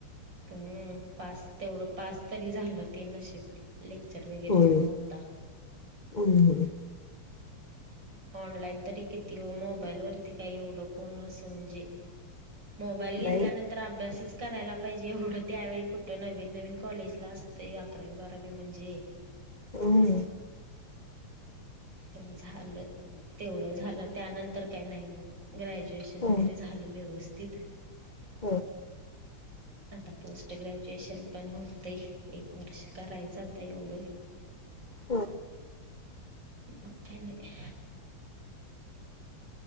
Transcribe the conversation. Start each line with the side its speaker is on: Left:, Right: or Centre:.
Right: ह पास तेवढं पास तरी झालं ते नशीब लेक्चर वगैरे
Left: होय.
Right: न होता.
Left: <unintelligible>
Right: ऑनलाईन तरी किती हो मोबाईल वरती काही उओडकूनसं म्हणजे. मोबाईल घेतल्यानंतर
Left: नाही
Right: तर अभ्यासच करायला पाहिजे एवढं त्यावेळी कुठं नवीन नवीन कॉलेजला असते या. <unintelligible> बारावी म्हणजे.
Left: हम्.
Right: पण झालं तेवढ झालं त्यानंतर काही नाही मग ग्रॅजुएशन. किचन
Left: हो
Right: वगैरे झालं व्यवस्थित.
Left: हो
Right: आता पोस्ट ग्रॅज्युएशन पण होतं एक वर्ष करायचं आता एवढं.
Left: हो
Right: म का नाही.